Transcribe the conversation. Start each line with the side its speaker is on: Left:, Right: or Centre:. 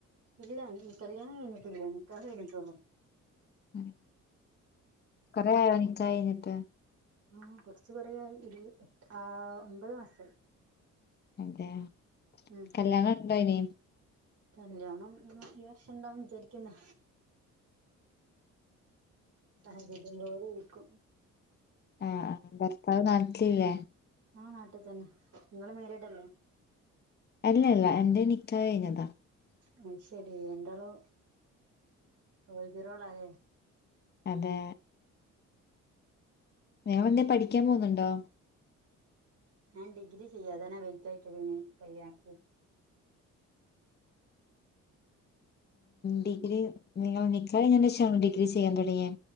Right: ഇല്ല അ കല്യണം കഴിഞ്ഞിട്ടില്ല നിക്കാഹ് കഴിഞ്ഞിട്ടൊള്ളു
Left: ഉം കുറേ ആയോ നിക്കാഹ് കഴിഞ്ഞിട്ട്
Right: ആ കുറച്ച കൂറേ ആയി ഇത് ആ ഒമ്പത് മാസായി.
Left: അതെ
Right: ഉം
Left: കല്യാണം ണ്ടോ ഇനി.
Right: കല്യാണം ഈ വർഷം ഇണ്ടാവുന്ന് വിചാരിക്കണു. സാഹചര്യംപോലെ ഇരിക്കും. <unintelligible>
Left: ആഹ ആ ഭർത്താവ് നട്ടില്ലേ?
Right: ആഹ് നാട്ടിതന്നെ നിങ്ങള് മേരിടല്ലേ?
Left: അല്ല ഇല്ല എന്റെ നിക്കാഹ്‌ ക ഴിഞ്ഞതാ.
Right: അത് ശരി രണ്ടാളും ഓൾത റോള ല്ലേ.
Left: അതെ. നിഞങ്ങലെന്തെ പഠിക്കാൻ പോകുന്നുണ്ടോ?
Right: ഞാൻ ഡിഗ്രി ചെയ്യാതനാ വെറ്റ്യക്കതീണ കല്യാണത്തി
Left: ഡിഗ്രി നിങ്ങൾ നികാഹ് കഴിഞ്ഞതിന് ശേഷണോ ഡിഗ്രി ചെയ്യാൻ തുടങ്ങിയെ.